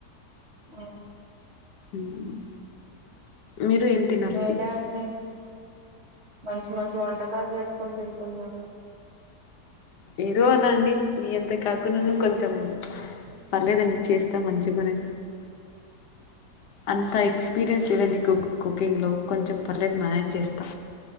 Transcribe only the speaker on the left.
మ్ మీరు ఏం తిన్నారండి
ఏదో అలా అండి మీ అంత కాకున్నా కొంచెం పర్లేదండి చేస్తా మంచిగునే అంత ఎక్స్పీరియన్స్ లేదండి కు కుకింగ్లో కొంచెం పర్లేదు మేనేజ్ చేస్తా